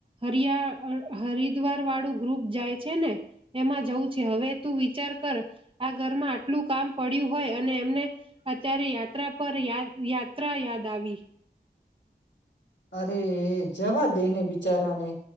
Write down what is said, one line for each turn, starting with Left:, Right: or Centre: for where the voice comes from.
Right: હરિયા હરિદ્વાર વાળું ગ્રુપ જાય છે ને એમાં જવું છે હવે તું વિચાર કર આ ઘરમાં આટલું કામ પડ્યું હોય અને એમને અત્યારે યાત્રા પર યા યાત્રા યાદ આવી.
Left: અરે એ જવા દે ને બિચારાને.